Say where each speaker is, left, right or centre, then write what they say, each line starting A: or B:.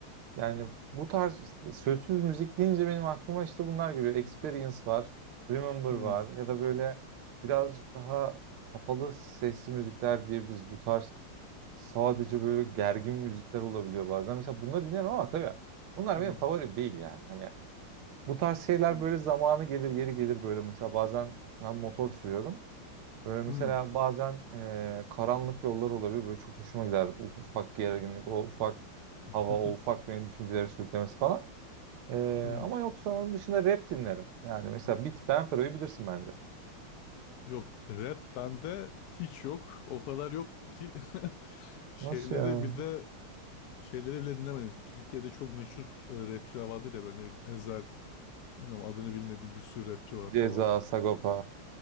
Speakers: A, on the right; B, on the left.
A: Yani bu tarz işte, sözsüz müzik deyince benim aklıma işte bunlar geliyor. Experience var, Remember
B: Hı.
A: var ya da böyle birazcık daha kapalı sesli müzikler diyebiliriz. Bu tarz sadece böyle gergin müzikler olabiliyor bazen. Mesela bunları dinlerim ama tabii bunlar
B: Hı.
A: benim favori değil yani. Hani bu tarz şeyler
B: Hı.
A: böyle zamanı gelir geri gelir böyle mesela bazen ben motor sürüyorum. Böyle mesela
B: Hı.
A: bazen eee, karanlık yollar olabilir. Böyle çok hoşuma gider. O ufak gerginlik, o ufak
B: <laughs>
A: hava, o ufak benim düşünceleri sürüklemesi falan. Ee,
B: Hı.
A: ama yoksa onun dışında rap dinlerim. Yani mesela Bit Benfero'yu bilirsin bence.
B: Yok rap bende hiç yok. O kadar yok ki <laughs> şeyleri
A: Nasıl ya?
B: bile Şeyleri bile dinlemedim. Türkiye'de çok meşhur e, rapçiler vardı da böyle ne bileyim Ezhel, bilmiyorum adını bilmediğim bir sürü rapçi var
A: Ceza,
B: falan.
A: Sagopa.